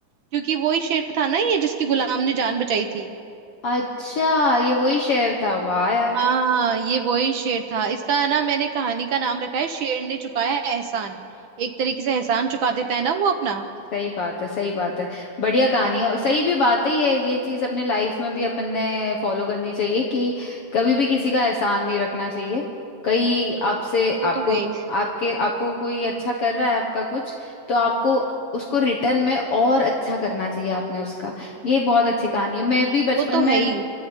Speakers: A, on the right (about 70°); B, on the left (about 55°).
A: क्योंकि वही शेर था ना ये जिसकी गुलाम ने जान बचाई थी
B: अच्छा ये वही शेर था वाह यार
A: हाँ ये वही शेर था इसका है ना मैंने कहानी का नाम रखा है शेर ने चुकाया एहसान एक तरीके से एहसान चुका देता है ना वो अपना
B: सही बात है सही बात है बढ़िया कहानी है और सही भी बात है ये ये चीज अपने लाइफ में भी अपन ने फॉलो करनी चाहिए कि कभी भी किसी का एहसान नहीं रखना चाहिए कहीं आपसे
A: वो
B: आपको
A: तो है ही
B: आपके आपको कोई अच्छा कर रहा है आपका कुछ तो आपको उसको रिटर्न में और अच्छा करना चाहिए आपने उसका ये बहुत अच्छी कहानी है मैं भी बचपन
A: वो तो है
B: में
A: ही
B: ना